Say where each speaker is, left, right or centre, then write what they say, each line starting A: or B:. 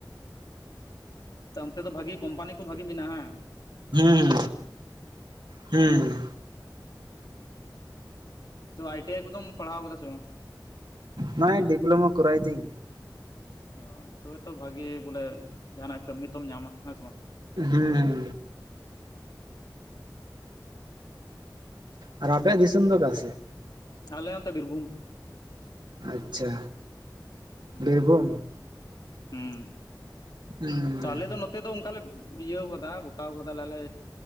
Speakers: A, on the left; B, on the right.
A: ᱚ ᱚᱱᱛᱮ ᱫᱚ ᱵᱷᱟᱜᱤ ᱠᱳᱢᱯᱟᱱᱤ ᱠᱚ ᱵᱷᱟᱜᱤ ᱢᱮᱱᱟᱜᱼᱟ ᱦᱟᱝ?
B: ᱦᱮᱸ ᱦᱩᱸ ᱦᱮᱸ
A: ᱛᱚ ᱟᱭ ᱴᱤ ᱟᱭ ᱠᱚᱫᱚᱢ ᱯᱟᱲᱦᱟᱣ ᱠᱟᱫᱟ ᱥᱮ ᱵᱟᱝ?
B: ᱱᱚᱜᱼᱚᱝ ᱰᱤᱯᱞᱳᱢᱟ ᱠᱚᱨᱟᱭ ᱫᱤᱧ᱾
A: ᱚ ᱛᱚᱵᱮ ᱛᱚ ᱵᱷᱟᱜᱤ ᱵᱚᱞᱮ ᱡᱟᱦᱱᱟᱜ ᱠᱟᱹᱢᱤ ᱛᱚᱢ ᱧᱟᱢᱟ ᱾ ᱦᱮᱸ ᱥᱮ ᱵᱟᱝ,
B: ᱦᱮᱸ ᱦᱮᱸ ᱟᱨ ᱟᱯᱮᱭᱟᱜ ᱫᱤᱥᱚᱢ ᱫᱚ ᱚᱠᱟ ᱥᱮᱡ?
A: ᱟᱞᱮ ᱚᱱᱛᱮ ᱵᱤᱨᱵᱷᱩᱢ᱾
B: ᱟᱪᱪᱷᱟ
A: ᱦᱩᱸ
B: ᱵᱤᱨᱵᱷᱩᱢ
A: ᱦᱩᱸ
B: ᱦᱩᱸ
A: ᱛᱚ ᱟᱞᱮᱫᱚ ᱛᱮ ᱫᱚ ᱚᱱᱠᱟᱞᱮ ᱤᱭᱟᱹᱣ ᱟᱠᱟᱫᱟ ᱜᱚᱴᱟᱣ ᱠᱟᱫᱟ ᱞᱮ